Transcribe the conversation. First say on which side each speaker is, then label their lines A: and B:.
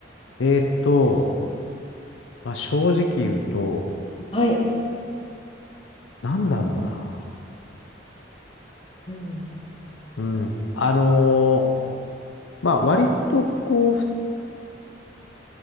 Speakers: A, on the left; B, on the left.
A: えーっと、まあ、正直言うと、
B: はい。
A: なんだろうな。
B: うん。
A: うん。あのーまあ、割とこう、ふ